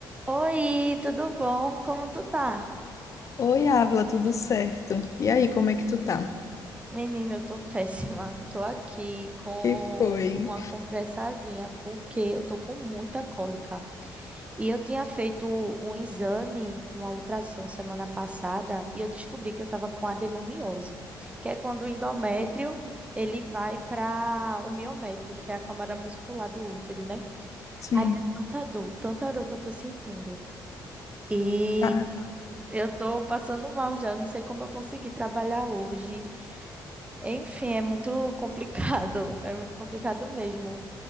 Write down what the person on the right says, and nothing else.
Oi, tudo bom? Como tu tá?
Menina, eu tô <laughs> péssima. Tô aqui com
uma compressazinha porque eu tô com muita cólica. E eu tinha feito um exame, uma ultrassom semana passada, e eu descobri que eu tava com adenomiose, que é quando o endométrio ele vai para o miométrio, que é a câmara muscular do útero, né?
Aí é tanta dor, tanta dor que eu tô sentindo. e
Eu tô passando mal já, não sei como eu consegui trabalhar hoje. Enfim, é muito complicado, <laughs> é muito complicado mesmo.